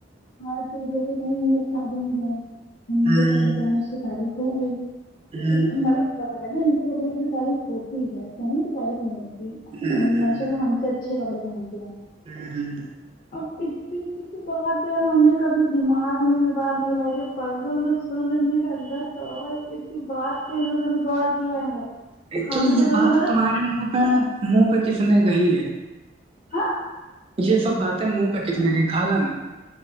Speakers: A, on the left (about 45°); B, on the right (about 30°).
A: اور پ جیسے کہیں میری شادی میں جائے ہم نےھے
B: ہوں،
A: کپڑے پہنے اس کی تعریف ہو گئی ٹھیک
B: ہوں،
A: ہے مل بتا ہے ن ان کے کپڑے کی بھی تعریف ہوتی ہے سح کی تابف نہیں ہوتی
B: ہوں،
A: ہم
B: ہوں،
A: ماشاء اللہ ہم سے اچھے کپڑے پہنتے ہیں
B: ھممم ھمم
A: اور کت <unintelligible> اس بات پ ہم نے کبھی دماغ میں یہ بات نہیں لائی کہ پرسوں جو سن ہم نے کا لت تو ک کی بعد تو ان لوگوں نے غور کیا ہے
B: ایک
A: ہم
B: تو
A: نے
B: یہ
A: کبھی
B: بات
A: مطلب
B: تمہارے منہ پہ منہ پہ کس نے کہی ہے
A: ہاں
B: یہ سب باتیں منہ پہ کتنے کہ کھالا نے